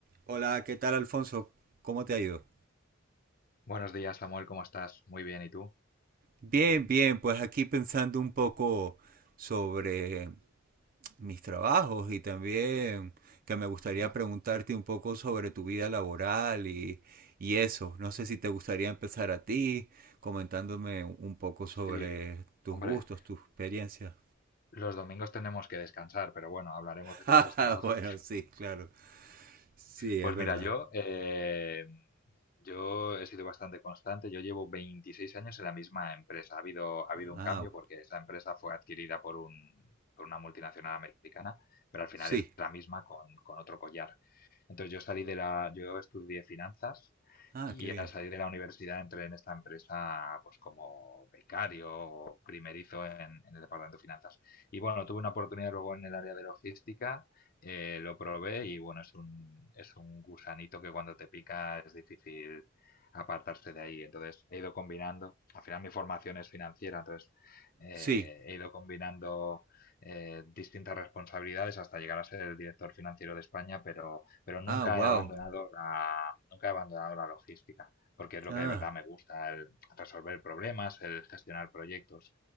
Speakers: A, on the right; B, on the left.
A: Hola, ¿qué tal Alfonso? ¿Cómo te ha ido?
B: Buenos días, Samuel, ¿cómo estás? Muy bien, ¿y tú?
A: Bien, bien, pues aquí pensando un poco sobre mis trabajos y también que me gustaría
B: Ajá.
A: preguntarte un poco sobre tu vida laboral y, y eso. No sé si te gustaría empezar a ti comentándome un poco sobre
B: Sí,
A: tus
B: hombre,
A: gustos, tus experiencias.
B: los domingos tenemos que descansar, pero bueno, hablaremos
A: <laughs>
B: de nuestros
A: Ah,
B: <laughs> trabajos.
A: Bueno, sí, claro. Sí,
B: Pues
A: es verdad.
B: mira, yo, eh, yo he sido bastante constante, yo llevo 26 años en la misma empresa. Ha habido, ha habido un
A: Ah,
B: cambio porque esa empresa fue adquirida por un, por una multinacional americana, pero al final
A: sí.
B: es la misma con, con otro collar. Entonces yo salí de la, yo estudié finanzas
A: Ah,
B: y
A: qué bien.
B: al salir de la universidad entré en esta empresa pues como becario o primerizo en, en el departamento de finanzas. Y bueno, tuve una oportunidad luego en el área de logística, eh, lo probé y bueno, es un, es un gusanito que cuando te pica es difícil apartarse de ahí. Entonces he ido combinando, al final mi formación es financiera, entonces eh,
A: Sí.
B: he ido combinando eh, distintas responsabilidades hasta llegar a ser el director financiero de España, pero pero nunca
A: Ah, wow.
B: he abandonado la, nunca he abandonado la logística, porque es lo
A: Ah,
B: que de verdad me gusta, el resolver problemas, el gestionar proyectos.